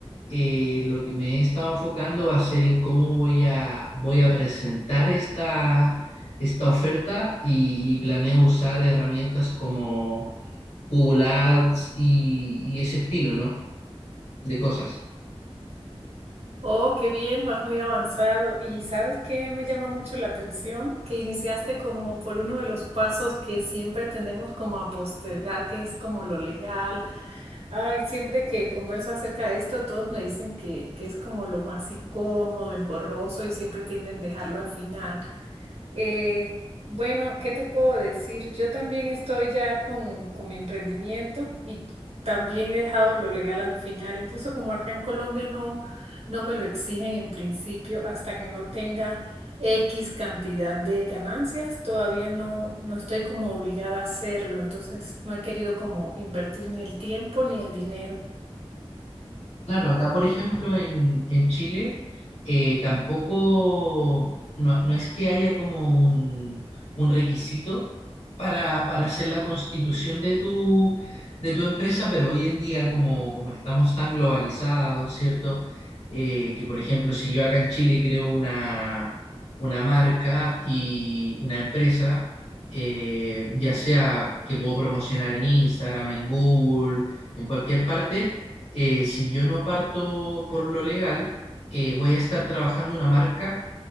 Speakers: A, on the left (about 90°); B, on the right (about 80°).
A: eh, lo que me he estado enfocando va a ser en cómo voy a, voy a presentar esta, esta oferta y, y planeo usar herramientas como Google Ads y, y ese estilo, ¿no? De cosas.
B: Oh, qué bien, vas muy avanzado. ¿Y sabes qué me llama mucho la atención? Que iniciaste como por uno de los pasos que siempre tendemos como a postergar, que es como lo legal. Ay, siempre que converso acerca de esto, todos me dicen que, que es como lo más incómodo, engorroso y siempre tienden a dejarlo al final. Eh, bueno, ¿qué te puedo decir? Yo también estoy ya con, con mi emprendimiento y también he dejado lo legal al final. Incluso como acá en Colombia no, no me lo exigen en principio hasta que no tenga X cantidad de ganancias, todavía no, no estoy como obligada a hacerlo. Entonces no he querido como invertir ni el tiempo ni el dinero.
A: Claro, acá por ejemplo en, en Chile eh, tampoco, no, no es que haya como un, un requisito para, para hacer la constitución de tu, de tu empresa, pero hoy en día como, como estamos tan globalizados, ¿cierto? Eh, que por ejemplo si yo acá en Chile creo una, una marca y una empresa, eh, ya sea que puedo promocionar en Instagram, en Google, en cualquier parte eh, si yo no parto por lo legal, eh, voy a estar trabajando una marca